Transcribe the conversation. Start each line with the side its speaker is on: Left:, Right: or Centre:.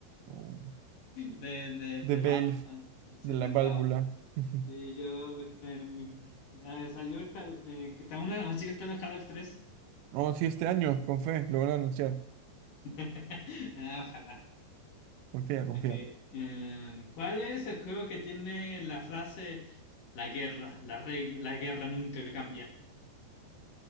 Right: Oh,
Left: De, de,
Right: The
Left: de
Right: Valve.
Left: Valve, ah, sí,
Right: de la
Left: de
Right: válvula.
Left: Valve.
Right: <laughs>
Left: Sí, yo eh, eh, salió el Hal- eh, que está una, aún sigue esperando Half-Life 3.
Right: oh sí, este año, con fe, lo van a anunciar.
Left: <laughs> Ah, ojalá.
Right: Confía, confía.
Left: okay Em, ¿cuál es el juego que tiene la frase la guerra, la reg- la guerra nunca cambia?